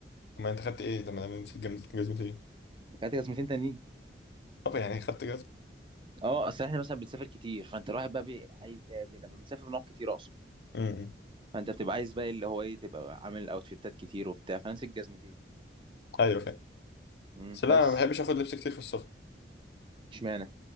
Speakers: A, on the left (about 65°); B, on the right (about 25°).
A: اما انت خدت ايه لما لما نسيت جزمة- جزمتي ايه
B: كانت جزمتين تانيين
A: طب يعني خدت جزمه
B: اه اصل احنا مثلا بنسافر كتير فانت الواحد بقى بي... عايز آه، بي... لما بنسافر بنقعد كتير اقصد
A: امم
B: فانت بتبقى عايز بقى اللي هو ايه تبقى عامل اوتفيتات كتير وبتاع فنسيت جزمتين
A: ايوه فاهم
B: امم،
A: بس لا
B: بس
A: انا ما بحبش اخد لبس كتير في السفر
B: اشمعنى